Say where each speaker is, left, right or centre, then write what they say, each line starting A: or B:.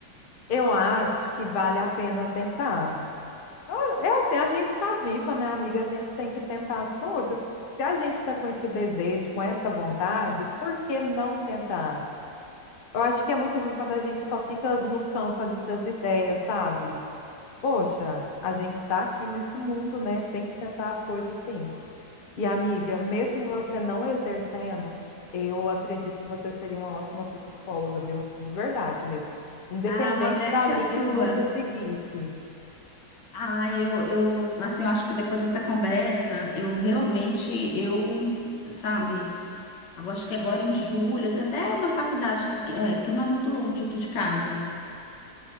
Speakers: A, on the left (about 55°); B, on the left (about 75°).
A: Eu acho que vale a pena tentar. Ah, É assim, a gente está viva, né, amiga? A gente tem que tentar as coisas. Se a gente está com esse desejo, com essa vontade, por que não tentar? Eu acho que é muito ruim quando a gente só fica no campo ali das ideias, sabe? Poxa, a gente está aqui nesse mundo, né? Tem que tentar as coisas sim. E amiga, mesmo você não exercendo, eu acredito que você seria uma ótima psicóloga, viu? De verdade mesmo. Independente
B: A modéstia
A: da linha
B: é sua.
A: que você seguisse.
B: Ah, eu, eu, assim, eu acho que depois dessa conversa, eu realmente, eu, sabe, eu acho que agora em julho, tem até uma faculdade que, é, que não é muito longe aqui de casa.